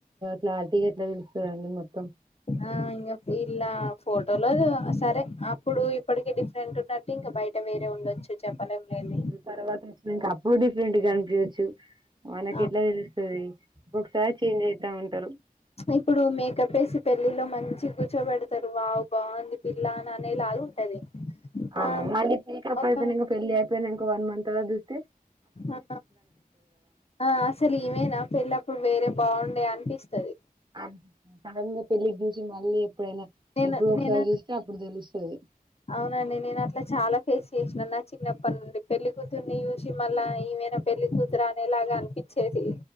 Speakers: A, on the right; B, on the left.
A: క్లారిటీగా ఎట్లా తెలుస్తుందండి మొత్తం
B: ఆ ఇంకా ఇలా ఫోటోలో సరే అప్పుడు ఇప్పటిక డిఫరెంట్ ఉన్నట్టు ఇంకా బయట వేరే ఉండొచ్చు చెప్పలేం లేండి
A: తర్వాత వచ్చన్నాక డిఫరెంట్ కనిపివచ్చు మనకి
B: ఆ
A: ఎట్లా తెలుస్తుంది ఒకసారి చేంజ్ అయితా ఉంటారు
B: ఇప్పుడు మేకప్ వేసి పెళ్ళిలో మంచి కూర్చోబెడతారు వావ్ బాగుంది పిల్లా అనేలాగా ఉంటది
A: అ
B: ఆ
A: మల్లి <unintelligible> అయిపోయినాక
B: ఒక
A: పెళ్లి అయిపోయినాక వన్ మంత్ త
B: ఆ ఆ అసలు ఇవేనా పెళ్ల్ళప్పుడు వేరే బాగుండే అనిపిస్తది.
A: హ సడన్ గా పెళ్ళికి మళ్ళీ ఎప్పుడైనా
B: నేను
A: ఎప్పుడు ఒకసారి
B: నేను
A: చూస్తే అప్పుడు తెలుస్తు ఊ
B: అవునండి నేను అట్లా చాలా ఫేస్ చేసినాను నా చిన్నప్పటి నుండి. పెళ్లి కూతుర్ని చూసి మళ్ళీ ఈమైనా పెళ్లి కూతురు అనేలాగా అ పిచ్చే తీ